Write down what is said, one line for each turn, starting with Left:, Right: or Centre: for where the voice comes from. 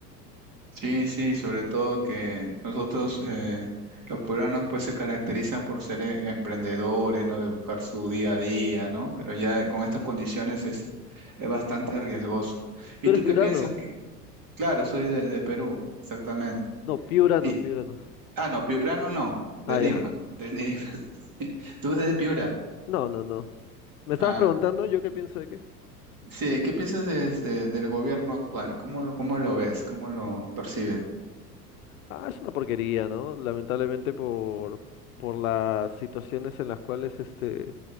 Right: Sí, sí, sobre todo que nosotros, eh, los peruanos, pues se caracterizan por ser eh, emprendedores, ¿no? De buscar su día a día, ¿no? Pero ya con estas condiciones es, es bastante riesgoso.
Left: ¿Tú
Right: ¿Y
Left: eres
Right: tú
Left: piurano?
Right: qué piensas? que- Claro, soy de, de Perú, exactamente.
Left: No, piurano,
Right: Y,
Left: piurano.
Right: ah, no, piurano no, no, de
Left: Ah,
Right: Lima,
Left: ya. <laughs>
Right: de Lima.
Left: Ok.
Right: <laughs> Sí. ¿Tú eres de Piura?
Left: No, no, no. ¿Me estabas
Right: Ah.
Left: preguntando yo qué pienso de qué?
Right: Sí, ¿qué piensas de- de- del gobierno actual? ¿Cómo, lo- cómo lo ves? ¿Cómo lo percibes?
Left: Ah, es una porquería, ¿no? Lamentablemente por, por las situaciones en las cuales este,